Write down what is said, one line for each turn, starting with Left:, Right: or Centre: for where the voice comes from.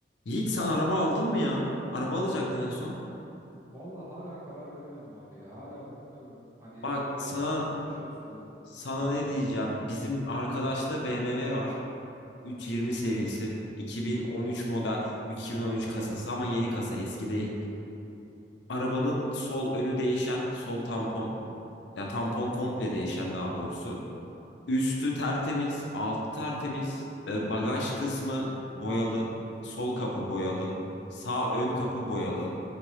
Left: Yiğit sen araba aldın mı ya? Araba alacaktın en son.
Right: Vallahi hala karar veremedim abi ya. Hala bakınıyorum. Hani
Left: Bak sana
Right: almışken de iyi bir şey olsun dedim.
Left: sana
Right: Buyur abi.
Left: ne diyeceğim. Bizim arkadaşta BMW var. 320 serisi. 2013
Right: Hı hı.
Left: model. 2013 kasası ama yeni kasa eski değil. Arabanın sol önü değişen. Sol tampon. Ya tampon komple değişen daha doğrusu. Üstü tertemiz. Altı tertemiz. E, bagaj kısmı boyalı. Sol kapı boyalı. Sağ ön kapı boyalı.